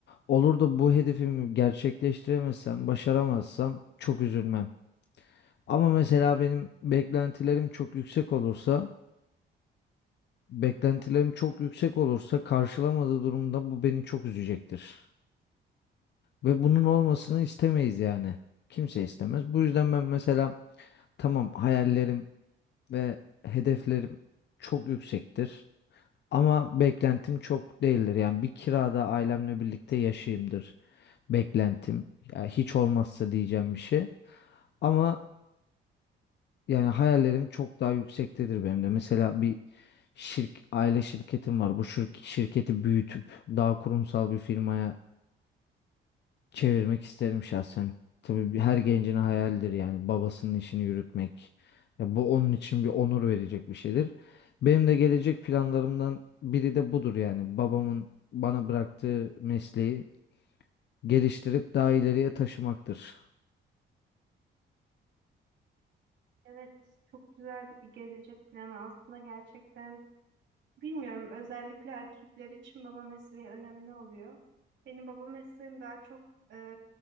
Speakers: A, on the left; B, on the right.
A: olur da bu hedefimi gerçekleştiremezsem, başaramazsam çok üzülmem. Ama mesela benim beklentilerim çok yüksek olursa, beklentilerim çok yüksek olursa karşılamadığı durumda bu beni çok üzecektir. Ve bunun olmasını istemeyiz yani. Kimse istemez. Bu yüzden ben mesela tamam hayallerim ve hedeflerim çok yüksektir. Ama beklentim çok değildir. Yani bir kirada ailemle birlikte yaşayayımdır beklentim. Yani hiç olmazsa diyeceğim bir şey. Ama yani hayallerim çok daha yüksektedir benim de. Mesela bir şirk, aile şirketim var. Bu şir- şirketi büyütüp daha kurumsal bir firmaya çevirmek isterim şahsen. Tabii bir- her gencin hayalidir yani babasının işini yürütmek. Ya bu onun için bir onur verecek bir şeydir. Benim de gelecek planlarımdan biri de budur yani. Babamın bana bıraktığı mesleği geliştirip daha ileriye taşımaktır.
B: Evet, çok güzel bir gelecek planı aslında gerçekten. Bilmiyorum, özellikle erkekler için baba mesleği önemli oluyor. Benim baba mesleğim daha çok e,